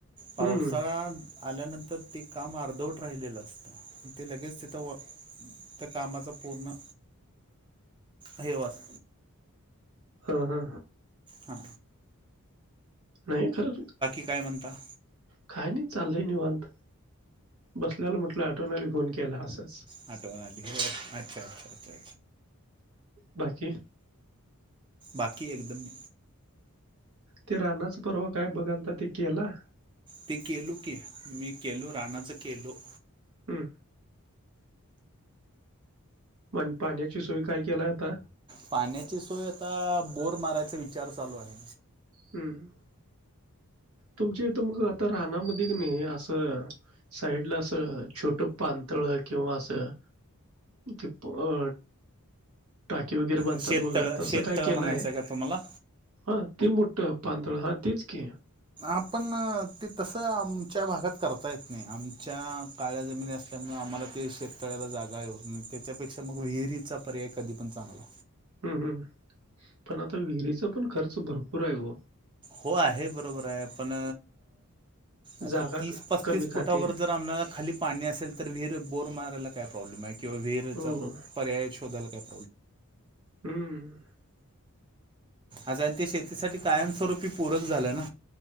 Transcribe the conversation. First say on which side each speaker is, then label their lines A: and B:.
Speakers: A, on the right; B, on the right.
A: पावसाळ्यात
B: हम्म
A: आल्यानंतर ते काम अर्धवट राहिलेलं असतं ते लगेच तिथं त्या कामाचा पूर्ण हे वास
B: हा हा
A: हा
B: नाही खरं
A: काय म्हणता
B: काय नाही चालून वत बसल्याला म्हटलं आठवण्या फोन के केला असत
A: हटोला अच्छा अच्छ्छ्छ
B: बाकी
A: बाकी एकदम
B: ते रानाच परवा काय बघाल तर ते केला
A: ते केलू की मी केलो रानाचं केलो
B: हम पण पाण्याची सोय काय केला आता
A: पाण्याची सोय आता बोर मारायचा विचार चालू आहे
B: हम् तुमच्या इ तर म आता रानामध्ये नाही असं साईडला असं छोट पानतळ किंवा असं ते अ - टाकीे वगैरे बांधतात
A: शेततळ
B: बघा तसं
A: शेततळ
B: काय केलंय
A: म्हणायचं आहे का तुम्हाला?
B: ह <unintelligible> पतळ हा तेच की
A: आपण ते तसं आमच्या भागात करता येत नाही आमच्या काळ्या जमिनी असल्यामुळे आम्हाला ते शेततळ्याला जागा आहे नाही त्याच्यापेक्षा मग विहिरीचा पर्याय कधी पण चांगला
B: हम् हम् पण आता विहिरीचा पण खर्च भरपूर आहे हो
A: हो आहे बरोबर आहे पण आता
B: जागा
A: तीस
B: क-
A: पस्तीस
B: कमी खाते
A: फुटावर जर आम्हाला खाली पाणी असेल तर विहीर बोर मा - <unintelligible> किंवा विहीरींचा
B: हो
A: पर्याय शोधल का -
B: हम्म
A: अस आणि ते शेतीसाठी कायमस्वरूपी पूरक झालं ना